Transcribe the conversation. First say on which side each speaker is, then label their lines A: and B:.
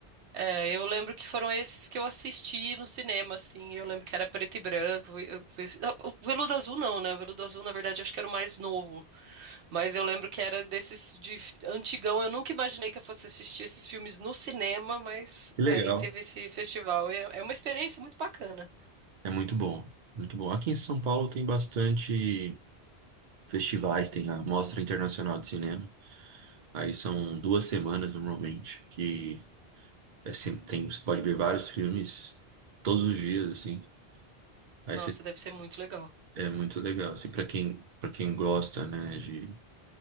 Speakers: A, on the right (about 85°); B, on the right (about 50°).
A: É, eu lembro que foram esses que eu assisti no cinema, assim. Eu lembro que era preto e branco. eu fui- o Veludo Azul não, né? O Veludo Azul, na verdade, acho que era o mais novo. Mas eu lembro que era desses de f- antigão. Eu nunca imaginei que eu fosse assistir esses filmes no cinema, mas
B: Que legal.
A: aí teve esse festival. É, é uma experiência muito bacana.
B: É muito bom, muito bom. Aqui em São Paulo tem bastante festivais, tem a Mostra Internacional de Cinema. Aí são duas semanas normalmente, que é sempre, tem, você pode ver vários filmes todos os dias, assim. Aí
A: Nossa,
B: você,
A: deve ser muito legal.
B: é muito legal, assim, para quem, para quem gosta, né, de,